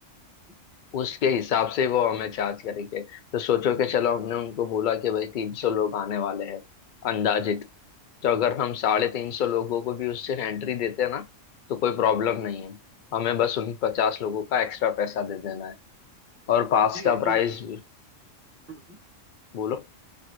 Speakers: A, on the right; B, on the left.
A: हम्म,
B: उसके हिसाब से वो हमें चार्ज करेंगे तो सोचो कि चलो हमने उनको बोला कि भाई तीन सौ लोग आने वाले हैं अंदाजित तो अगर हम साढ़े तीन सौ लोगों को भी उससे एंट्री देते हैं ना तो कोई प्रॉब्लम
A: हाँ
B: नहीं है हमें बस उन पचास लोगों का एक्स्ट्रा पैसा दे देना है और पास
A: नहीं
B: का
A: ये तो
B: प्राइस भी
A: हम्म, हम्म।
B: बोलो